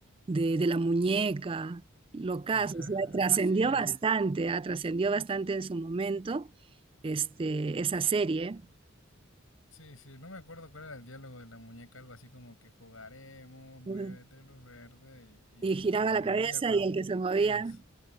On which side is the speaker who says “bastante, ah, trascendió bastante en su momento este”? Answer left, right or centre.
Right